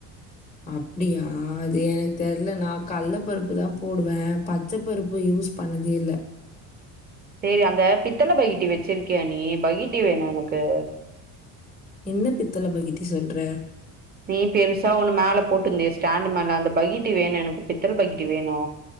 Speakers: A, on the left; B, on the right.
A: அப்டியா அது எனக்கு தெர்ல நான் கள்ள பருப்பு தா போடுவ பச்சப்பருப்பு யூஸ் பண்ணதே இல்ல
B: சேரி அந்த பித்தள பகிட்டி வச்சிருக்கிய நீ பகிட்டி வேணு எனக்கு
A: என்ன பித்தல பகிட்டி சொல்ற
B: நீ பெருசா ஒன்னு மேல போட்டுருந்தயே ஸ்டாண்டு மேல அந்த பகிட்டி வேணு எனக்கு பித்தள பகிட்டி வேணு